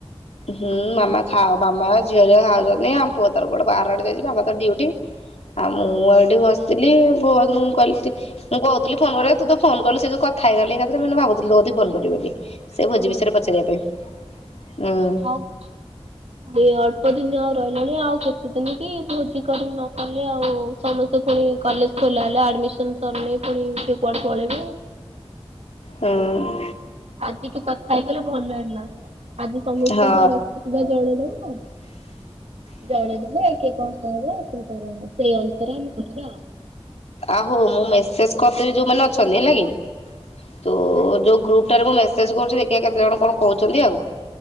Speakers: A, on the left; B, on the right.
A: ହୁଁ ମାମା ଖାଅ ମାମା ଝିଅ ଯୋଉ ଖାଉଚନ୍ତି ଆମ ପୁଅ ତାର କୁଆଡେ ବାହାର ଆଡେ ଯାଇଛି ବାପା ତ ଡ଼ିଉଟି। ଆଉ ମୁଁ ଏଇଠି ବସିଥିଲି ପୁଅ ନୁ କହଲି ଟି ମୁଁ କହୁଥିଲି ଫୋନ କରିବାକୁ ତୁ ତ ଫୋନ କଲୁ ସେଇ ଯୋଉ କଥା ହେଇଗଲି ଏକଥାରେ ମୁଁ ଏନା ଭାବୁଥିଲି ତୋ କତିକି ଫୋନ୍ କରିବି ବୋଲି। ସେ
B: ହଁ
A: ଭୋଜି ବିଷୟରେ ପଚାରିବା ପାଇଁ ଉଁ।
B: ଏଇ ଅଳ୍ପ ଦିନି ଆଉ ରହିଲାଣି ଆଉ କେତେ ଦିନି କି ଭୋଜି କରୁନ କଲେ ଆଉ ସମସ୍ତେ ପୁଣି କଲେଜ ଖୋଲା ହେଲେ ଆଡମିସନ ସରିଲେ ପୁଣି କିଏ କୁଆଡେ ପଳେଇବେ।
A: ହୁଁ।
B: ଆଜିଠୁ କଥା ହେଇଗଲେ ଭଲ ହେଲା। ଆଜି ସମସ୍ତଙ୍କୁ
A: ହଁ।
B: ରାତି ସୁଧା ଜଣେଇଦବ। ଜଣେଇଦେଲେ କିଏ କଂ କହିବ ସେ ତାର ସେଇ ଅନୁସାରେ ଆମେ କରିବା ଆଉ।
A: ଆହୋ ମୁଁ ମେସେଜ କରିଦେବି ଯୋଉମାନେ ଅଛନ୍ତି ହେଲା କି ତୁ ଯୋଉ ଗ୍ରୁପ ଟାରେ ମୁଁ ମେସ୍ ସେଜ କରୁଛି ଦେଖିଆ କେତେ ଜଣ କଅଣ କହୁଛନ୍ତି ଆଉ